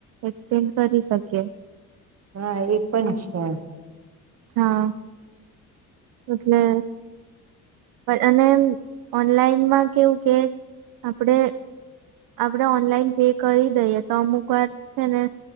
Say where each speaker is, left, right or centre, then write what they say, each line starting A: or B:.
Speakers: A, on the right; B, on the right.
A: એક્સચેન્જ કરી શકીએ
B: હા એ પણ છે.
A: હા એટલે અને ઓનલાઈનમાં કેવું કે આપડે આપડે ઓનલાઈન પે કરી દઈએ તો અમુક વાર છે. ને